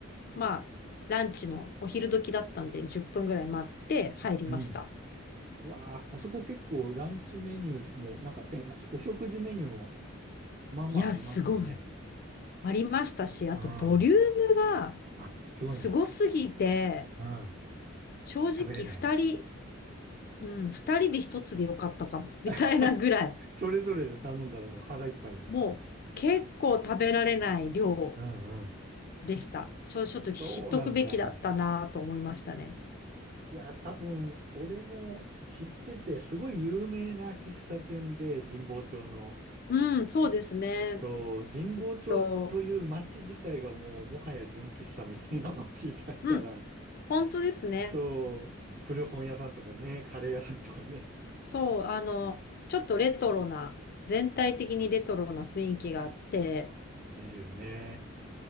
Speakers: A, on the left; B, on the right.
A: まあ、ランチのお昼時だったんで、10分くらい待って入りました。
B: うん。うわあ、あそこ結構ランチメニューも、なんかて、あお食事メニューも、まあまあありますよね。
A: いや、すごい。ありましたし、あとボリュームが、
B: うん。あ、すごいんだ。
A: すごすぎて、
B: うん。
A: 正直二人、
B: 食べれない。
A: うん、二人で一つでよかったかも、<laughs> みたいなぐらい、
B: <laughs> それぞれで頼んだらもう腹いっぱいになっちゃう。
A: もう結構食べられない量
B: うんうん。
A: でした。ちょ、ちょっと知っとくべきだったなと思いましたね。
B: そうなんだ。いや、多分、俺も知ってて、すごい有名な喫茶店で、神保町の。
A: うん、そうですね。
B: そう、神保町という町自体がもうもはや純喫茶みたいな町だから、
A: きっと、うん、本当ですね。
B: そう、古本屋さんとかね、カレー屋さんとかね。
A: そう、あの、ちょっとレトロな、全体的にレトロな雰囲気があって、
B: ですよね。